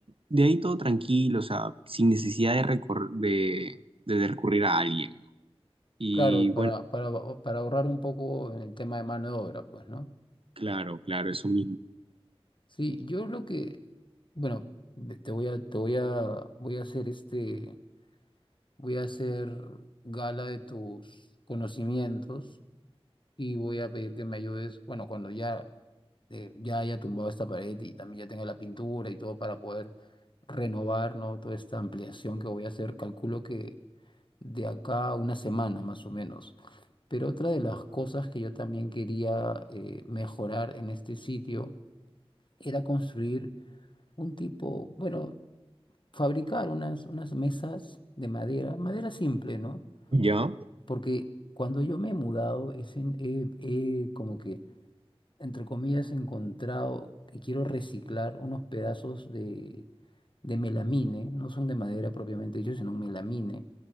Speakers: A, on the right (about 60°); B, on the left (about 50°).
A: de ahí todo tranquilo, o sea, sin necesidad de, recor- de, de recurrir a alguien. ¿no? Y
B: Claro, para,
A: bueno,
B: para, para ahorrar un poco en el tema de mano de obra, pues, ¿no?
A: claro, claro, eso mismo.
B: Sí, yo lo que, bueno, ve- te voy a, te voy a, voy a hacer este, voy a hacer gala de tus conocimientos y voy a pedir que me ayudes, bueno, cuando ya, eh, ya haya tumbado esta pared y también ya tenga la pintura y todo para poder renovar, ¿no? Toda esta ampliación que voy a hacer, calculo que de acá a una semana más o menos. Pero otra de las cosas que yo también quería eh, mejorar en este sitio era construir un tipo, bueno, fabricar unas, unas mesas de madera, madera simple, ¿no?
A: Ya,
B: Porque cuando yo me he mudado, es en- he he como que entre comillas, encontrado que quiero reciclar unos pedazos de, de melamine, no son de madera propiamente dicho, sino un melamine,